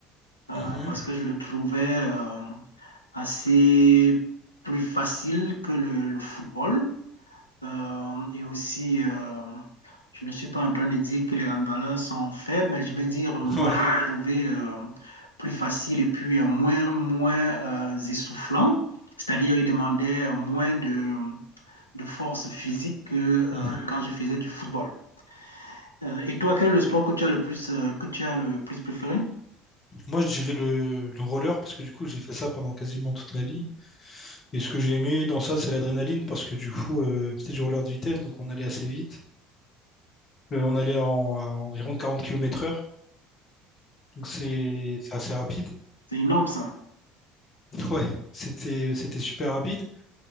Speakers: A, on the left; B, on the left.
A: euh,
B: Mhm.
A: parce que je le trouvais euh, assez plus facile que le, le football. Euh, et aussi, euh, je ne suis pas en train de dire que les handballeurs sont faibles, mais je veux dire, euh, moi,
B: Ouais.
A: je l'ai trouvé euh, plus facile et puis euh, moins, moins euh, essoufflant. C'est-à-dire, il demandait euh, moins de, de force physique que euh,
B: Mhm.
A: quand je faisais du football. Euh, et toi, quel est le sport que tu as le plus, euh, que tu as le plus préféré?
B: Moi, je dirais le, le roller parce que du coup, j'ai fait ça pendant quasiment toute ma vie. Et ce que j'ai aimé dans ça, c'est l'adrénaline parce que du coup, euh, c'était du roller de vitesse, donc on allait assez vite. Euh, on allait en, à environ 40 km heure, donc c'est c'est assez rapide.
A: C'est énorme, ça.
B: <laughs> Ouais, c'était c'était super rapide.